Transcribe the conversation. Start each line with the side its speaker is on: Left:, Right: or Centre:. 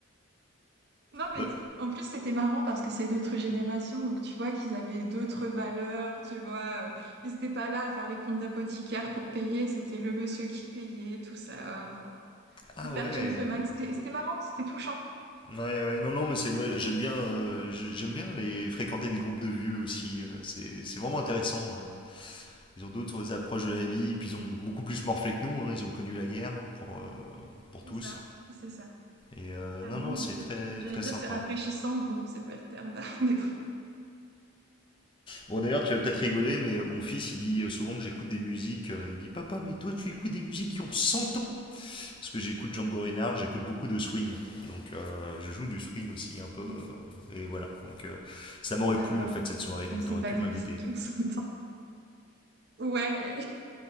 Right: Non, mais
Left: Bah,
Right: t- en plus, c'était marrant parce que c'est d'autres générations, donc tu vois qu'ils avaient d'autres valeurs, tu vois. euh, ils n'étaient pas là à faire les comptes d'apothicaire pour payer, c'était le monsieur qui payait, tout ça. Enfin,
Left: Ah
Right: hyper
Left: ouais.
Right: gentleman, c'était c'était marrant, c'était touchant.
Left: Ouais, ouais, non, non, mais c'est moi j'aime bien, euh, j'ai- j'aime bien les fréquenter des groupes de vieux aussi. euh, c'est c'est vraiment intéressant. euh. Ils ont d'autres approches de la vie, puis ils ont beaucoup plus morflé que nous. hein, ils ont connu la guerre hein, pour euh, pour
Right: C'est
Left: tous.
Right: ça, c'est ça,
Left: Et euh,
Right: clairement,
Left: non, non, c'est
Right: oui.
Left: très
Right: J'allais
Left: très
Right: dire
Left: sympa.
Right: c'est rafraîchissant, bon, c'est pas le terme, <laughs> mais bon.
Left: Bon, d'ailleurs, tu vas peut-être rigoler, mais euh, mon fils, il dit euh, souvent que j'écoute des musiques. euh, il dit, papa, mais toi, tu écoutes des musiques qui ont 100 ans. Parce que j'écoute Django Reinhardt, j'écoute beaucoup de swing. Donc euh, je joue du swing aussi un peu.
Right: Oui.
Left: euh, et voilà. Donc euh, ça m'aurait
Right: D'accord.
Left: plu en fait cette soirée. Donc
Right: Mais c'est
Left: t'aurais
Right: pas
Left: pu
Right: des
Left: m'inviter.
Right: musiques on s'entend. Ouais,